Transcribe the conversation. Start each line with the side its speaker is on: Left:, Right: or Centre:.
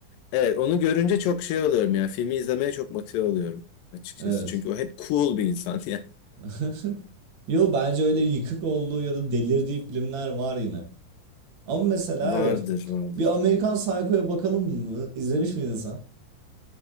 Left: evet onu görünce çok şey oluyorum yani filmi izlemeye çok motive oluyorum açıkçası.
Right: Evet.
Left: Çünkü o hep cool bir insan <laughs> yani.
Right: <laughs> Yo bence öyle yıkık olduğu ya da delirdiği filmler var yine. Ama mesela
Left: Vardır
Right: evet.
Left: vardır.
Right: Bir Amerikan Psycho'ya bakalım mı? İzlemiş miydin sen?